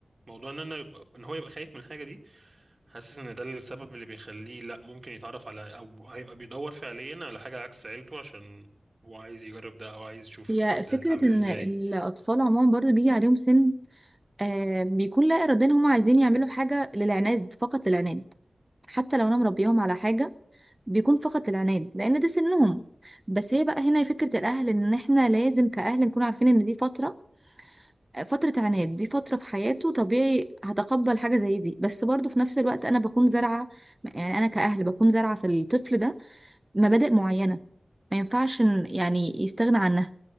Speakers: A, on the right; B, on the right.
A: فموضوع ان انا يبقى ان هو يبقى خايف من الحاجه دي حاسس ان ده السبب اللي بيخليه لا ممكن يتعرف على او هيبقى بيدور فعليا على حاجة عكس عيلته عشان هو عايز يجرب ده او عايز يشوف
B: هي
A: ده
B: فكرة
A: ده عامل
B: ان
A: ازاي
B: الاطفال عموما برضو بيجي عليهم سن آه بيكون لا إراديا هم عايزين يعملوا حاجة للعناد فقط للعناد حتى لو أنا مربيهم على حاجة بيكون فقط العناد لأن ده سنهم بس هي بقى هنا فكرة الأهل إن إحنا لازم كأهل نكون عارفين إن دي فترة آه، فترة عناد دي فترة في حياته طبيعي هتقبل حاجة زي دي بس برضه في نفس الوقت أنا بكون زارعة يعني أنا كأهل بكون زارعة في الطفل ده مبادئ معينة ما ينفعش إن- يعني يستغنى عنها